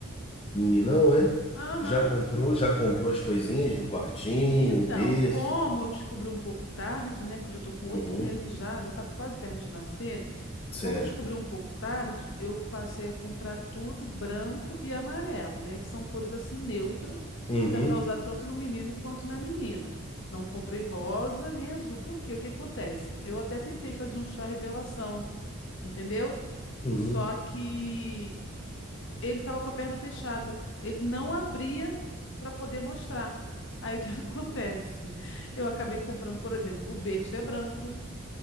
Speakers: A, on the left; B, on the left.
A: Meninão, é?
B: Aham.
A: Já comprou, já comprou as coisinhas do quartinho,
B: Então,
A: berço?
B: como eu descobri um pouco tarde, né? Que eu já tô com
A: Uhum,
B: oito meses já, já tá quase perto de nascer.
A: certo.
B: Como descobri um pouco tarde, eu passei a comprar tudo branco e amarelo, né? Que são cores assim neutras,
A: Uhum,
B: que dá para usar tanto no menino quanto na menina. Não comprei rosa nem azul, porque o que acontece? Eu até tentei fazer um chá revelação, entendeu?
A: uhum.
B: Só que ele tava com a perna fechada. Ele não abria para poder mostrar. Aí o que <laughs> acontece? Eu acabei comprando, por exemplo, o berço é branco,